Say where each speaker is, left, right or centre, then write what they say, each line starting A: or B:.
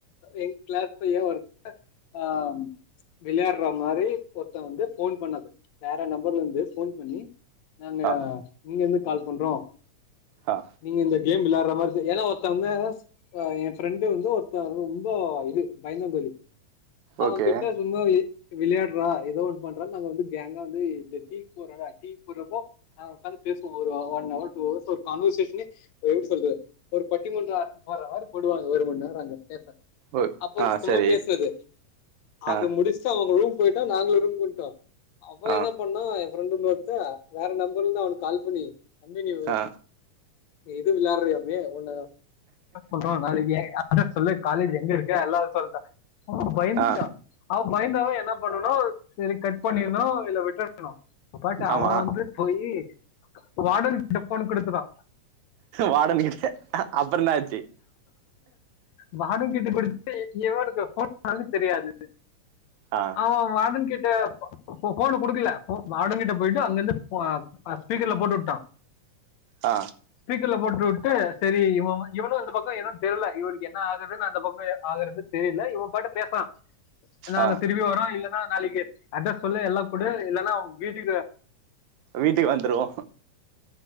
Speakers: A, on the left (about 70°); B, on the right (about 75°).
A: எங் கிளாஸ் பையன் ஒருத்த ஆ விளையாற மாரி ஒருத்தன் வந்து போன் பண்ணது வேற நம்பர்லருந்து போன் பண்ணி நாங்க
B: ஆ
A: இங்க இருந்து கால் பண்றோம்
B: ஆ
A: நீங்க இந்த கேம் விளையாற மாரி இருக்கு ஏன்னா ஒருத்த வந்து என் ரெண்டு வந்து ஒருத்த வந்து ரொம்போ த்து பயந்தங்கோலி அவன்
B: ஓகே
A: கிட்ட சும்மா விளை விளையாடுறா ஏதோ ஒண்ணு பண்ற நாங்க வந்து கேங்கா வந்து இந்த டீக் போடுறோல டீக் போறப்போ நா உக்காந்து பேசுவோம் ஒரு ஒன் அவர் டூ அவர்ஸ் ஒரு கவர்சேஷனே எப்டி சொல்றது ஒரு பட்டி மன்ற ஃபோர் அவர் போடுவாங்க ஒரு மணி நேரம் அங்க பேச
B: ஓ
A: அப்போ
B: ஆ
A: சும்மா
B: சரி
A: பேசுறது அது
B: ஆ
A: முடிச் சுட்டு அவங்க ரூம் போயிட்டு நாங்களும் ரூம்கு வந்துடோ அவ
B: ஆ
A: என்னப் பண்ணா என் ஃப்ரெண்டுல ஒருத்தன் வேற நம்பர்லந்து அவனுக்கு கால் பண்ணி தம்பி நீ
B: ஆ
A: எது விளையாடுறோம்மே ஒண்ணு அரெஸ்ட் பண்ணணு நாளைக்கு அத சொல்ல காலேஜ் எங்க இருக்க எல்லாரும் சொல்டேன் அவ பயந்துட்டான்
B: ஆ
A: அவ பயந்தவன் என்ன பண்ணனு செரி கட் பண்ணிடணு இல்ல விட்ட ன்னு பட்
B: ஆமா
A: அவன் வந்து போயி வாடனுட்ட போன் கொடுத்துட்டா
B: வாடனுகிட்ட அப்புறோ என்ன ஆச்சு
A: வாடன் கிட்ட கொடுத்து ஏவனுக்கு போன் வாங்க தெரியாது
B: ஆ
A: ஆ வாடன் கிட்ட போன் கொடுக்கல வாடன் கிட்ட போயிட்டு அங்கிருந்து பா ஆ ஸ்பீக்கர்ல போட்டு விட்டா
B: ஆ
A: ஸ்பீக்கர்ல போட்டு விட்டு செரி இவ இவனும் அந்த பக்கோ எதும் தெரில இவருக்கு என்ன ஆகுதுன்னு அந்த பக்கோ ஆகறது தெரில இவன் பாட்டு பேசுறான் நாங்க
B: ஆ
A: திரும்பி வரோம் இல்லன்னா நாளைக்கி அட்ரஸ் சொல்லு எல்லா கூடே இல்லன்னா உன் வீட்டுக்கு
B: வீட்டுக்கு வந்துருவோ